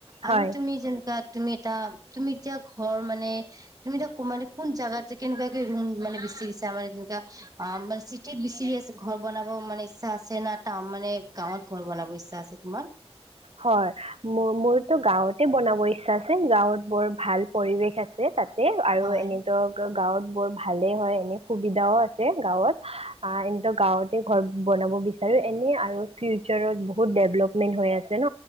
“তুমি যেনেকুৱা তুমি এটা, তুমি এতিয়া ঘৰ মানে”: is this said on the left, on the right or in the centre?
Right